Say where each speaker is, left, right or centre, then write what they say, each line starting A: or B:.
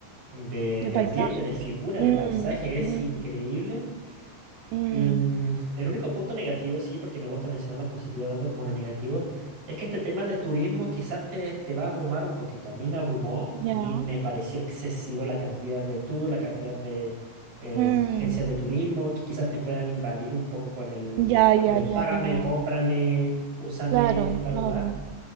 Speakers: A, on the right; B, on the right.
A: de,
B: De
A: de
B: paisajes.
A: ambiente, de figura,
B: Mm,
A: de paisaje, es
B: mm,
A: increíble.
B: mm,
A: Mm, El único punto negativo, sí, porque me gusta mencionar los positivos tanto como los negativos, es que este tema de turismo quizás te, te va a abrumar un poquito. A mí me abrumó, a
B: ya.
A: mí me pareció excesivo la cantidad de tours, la cantidad de em,
B: Mm,
A: agencias de turismo que quizás te puedan invadir un poco con el,
B: ya, ya,
A: con el págame,
B: ya, ya.
A: cómprame, úsame,
B: Claro,
A: bla,
B: claro.
A: bla, bla.